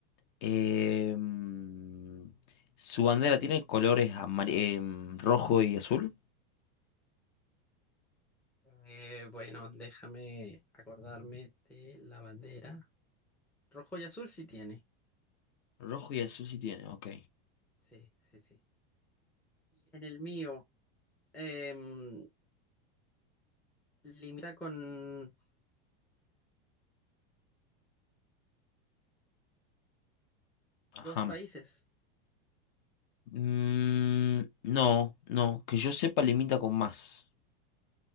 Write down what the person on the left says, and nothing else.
em, su bandera tiene colores amar- em, rojo y azul.
Rojo y azul sí tiene, ok.
Ajá.
Mm, no, no, que yo sepa limita con más.